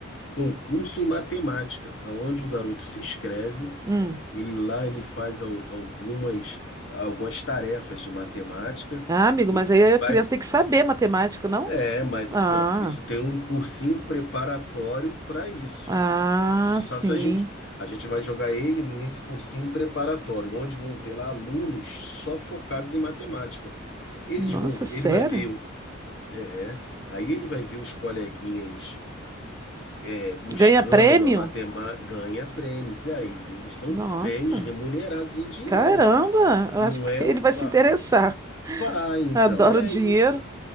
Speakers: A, on the left; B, on the right.
A: Concurso em matemática, aonde o garoto se inscreve,
B: hum.
A: ele lá ele faz al- algumas, algumas tarefas de matemática
B: Ah, amigo,
A: e
B: mas aí a
A: vai
B: criança tem que saber matemática, não?
A: é, mas
B: Ah,
A: então, isso tem um cursinho preparatório para isso.
B: ah,
A: Só
B: sim.
A: se a gente, a gente vai jogar ele nesse cursinho preparatório, onde vão ter lá alunos só focados em matemática. Eles
B: Nossa,
A: vão,
B: sério?
A: ele vai ver, o- é, aí ele vai ver os coleguinhas é, buscando
B: Ganha prêmio?
A: a matemática, ganha prêmios. E aí, eles são
B: Nossa,
A: prêmios remunerados em dinheiro.
B: caramba! Eu
A: Não
B: acho que
A: é
B: ele
A: o pa...
B: vai se interessar.
A: Vai, então,
B: Adoro
A: é
B: dinheiro.
A: isso.